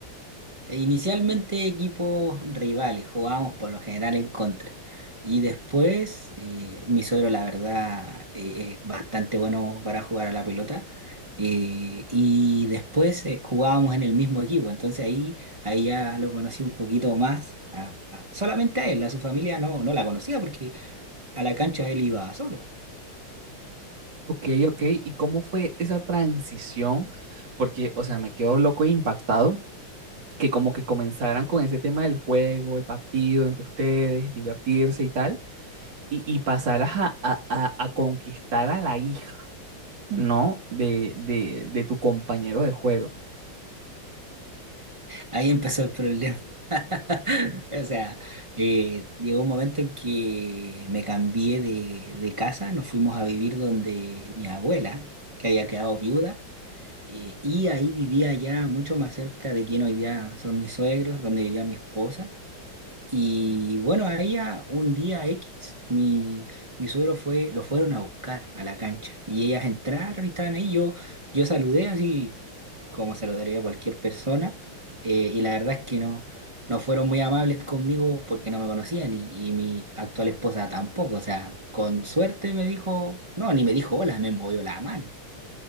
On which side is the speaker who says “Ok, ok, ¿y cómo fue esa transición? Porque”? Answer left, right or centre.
Right